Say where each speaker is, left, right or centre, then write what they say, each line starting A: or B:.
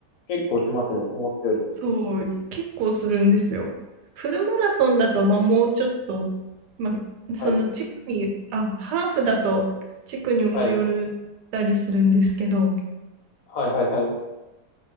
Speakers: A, on the left (about 70°); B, on the right (about 85°).
A: 結構しますね、思ったより。
B: そう、結構するんですよ。フルマラソンだと、まあ、もうちょっと、まあ、その地区に、
A: はい。
B: あ、ハーフだと地区にもよるたりするんですけど、
A: はい。はい、はい、はい。